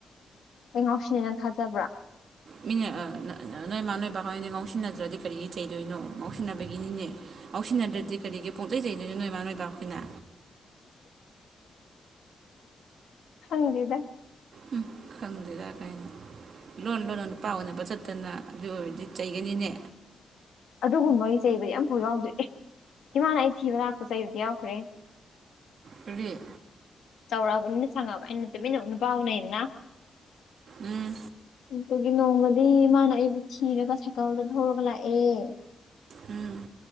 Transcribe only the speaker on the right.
ꯃꯤꯅꯦ ꯅꯣꯏ ꯏꯃꯥ ꯅꯣꯏꯕ ꯀꯗꯤ ꯉꯥꯎꯁꯤꯟꯅꯗ꯭ꯔꯗꯤ ꯀꯔꯤꯒꯤ ꯆꯩꯗꯣꯏꯅꯣ ꯉꯥꯎꯁꯤꯟꯅꯕꯒꯤꯅꯤꯅꯦ ꯍꯧꯥꯎꯁꯤꯟꯅꯗ꯭ꯔꯗꯤ ꯀꯔꯤꯒꯤ ꯄꯣꯡꯆꯩꯖꯩꯗꯣꯏꯅ ꯅꯣꯏꯃꯥ ꯅꯣꯏꯕ ꯑꯩꯈꯣꯏꯅ
ꯎꯝ ꯈꯪꯗꯦꯗ ꯀꯥꯏꯅ ꯂꯣꯟ ꯂꯣꯟ ꯅꯨꯄꯥ ꯑꯣꯏꯅꯕ ꯆꯠꯇꯅ ꯑꯗꯨ ꯑꯣꯏꯔꯗꯤ ꯆꯩꯒꯅꯤꯅꯦ
ꯐꯔꯤ
ꯎꯝ
ꯎꯝ